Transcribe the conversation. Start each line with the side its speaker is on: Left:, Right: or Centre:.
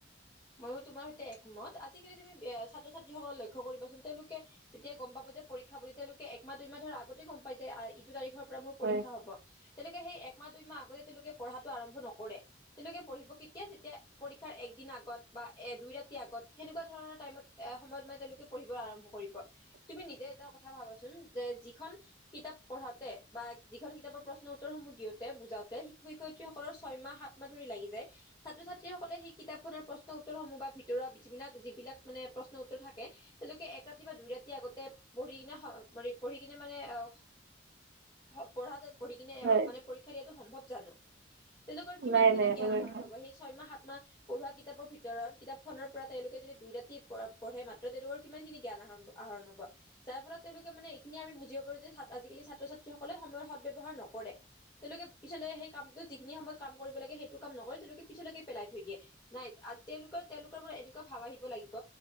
Left: ময়ো তোমাৰ সৈতে একমত আজিকালি তুমি ছাত্ৰ ছাত্ৰীসকললে লক্ষ্য কৰিবাচোন তেওঁলোকে তেতিয়া গম পাব যে পৰীক্ষা বুলি তেওঁলোকে একমাহ দুইমাহ ধৰ আগতেই গম পাই যে আহ ইটো তাৰিখৰ মোৰ
Right: হয়
Left: পৰীক্ষা হ'ব। তেওঁলোকে সেই একমাহ দুইমাহ আগতে তেওঁলোকে পঢ়াটো আৰম্ভ নকৰে তেওঁলোকে পঢ়িব কেতিয়া যেতিয়া পৰীক্ষাৰ একদিন আগত বা দুই ৰাতি আগত সেনেকুৱা ধৰণৰ টাইমত সময়ত মানে তেওঁলোকে পঢ়িব আৰম্ভ কৰিব তুমি নিজে এটা ভাবাচোন যে যিখন কিতাপ পঢ়াতে বা যিখন কিতাপৰ প্ৰশ্ন উত্তৰসমূহ দিওঁতে বুজা শিক্ষক শিক্ষয়িত্ৰীসকলৰ ছয় মাহ সাত মাহ ধৰি লাগি যায় ছাত্ৰ- ছাত্ৰী <unintelligible> সকলে সেই কিতাপ খনৰ প্ৰশ্ন উত্তৰসমূহ বা ভিতৰৰ যিবিলাক যিবিলাক মানে প্ৰশ্ন উত্তৰ থাকে তেওঁলোকে এক ৰাতি বা দুই ৰাতি আগতে পঢ়ি কিনে ম পঢ়ি কিনে মানে অ পঢ়া পঢ়ি কিনে
Right: হয়
Left: মানে পৰীক্ষা দিয়াটো সম্ভৱ জানো তেলোকৰ কিমান
Right: নাই
Left: খিনিো
Right: নাই একেবাৰে
Left: জ্ঞান আহৰণ
Right: নহয়।
Left: হব সেই মাহ সাত মাহ পঢ়োৱা কিতাপৰ ভিতৰত কিতাপ খনৰ পৰা তেওঁলোকে যদি দুই ৰাতি পঢ়ে মা তেওঁলোকৰ কিমান খিনি জ্ঞান আহৰ আহৰণ হব। যাৰ ফলত তেওঁলোকে মানে এইখিনি আমি বুজিব পাৰো যে আজিকালি ছাত্ৰ -ছাত্ৰী। যি সকলে সময়ৰ সদব্যৱহাৰ নকৰে তেওঁলোকে। পিছলৈ সেই কামটো যিখিনি সময়ত কাম কৰিব লাগে। সেইটো কাম নকৰি তেওঁলোকে পিছলৈকে পেলাই থৈ দিয়ে। নাই তেওঁলোকৰ তেওঁলোকৰ পৰা এনেকুৱা ভাৱ আহিব লাগিব।